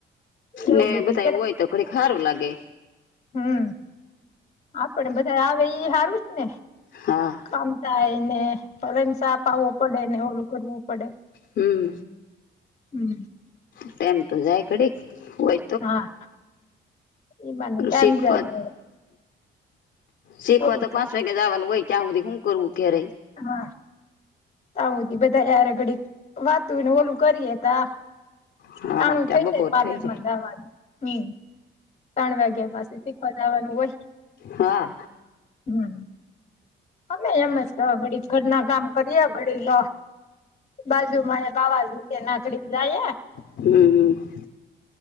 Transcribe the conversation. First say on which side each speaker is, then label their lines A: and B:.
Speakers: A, on the left; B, on the left.
A: એવું
B: ને
A: બધું
B: બધા હોય તો ખડીક હારું લાગે
A: હમ્મ આપડ બધા આવે એ હારું જને
B: હા
A: કામ થાય એને ભલે ને સાપ આવવો પડે ને ઓલું કરવું પડે
B: હમ્મ
A: હમ.
B: ટેમ તો જાય કડીક હોય
A: હા એ બાને ટાઈમ
B: સીખ
A: જાય
B: વા સીખ
A: ઓલું
B: તો
A: થાય
B: પાંસે કે જવાનું હોય ક્યાં હુધી હું કરું ક્યારે
A: હા આવુંધ બધા યાર ઘડી વાત તું એને ઓલું કરીએ તા
B: હા
A: તાણું
B: ત્યાં
A: થઈ
B: બપોર
A: જાય પાર્લર
B: થઈ જાય
A: માં દાવાનું હમ્મ ત્રણ વાગ્યા પાસે શીખવા જાવાનું હોય.
B: હા
A: હમ અમે એમ જ ઘડી ઘરના કામ કરીએ ઘડિક બાજુ મહે બાવા રીતે નાકડી જાયે.
B: હમ હમ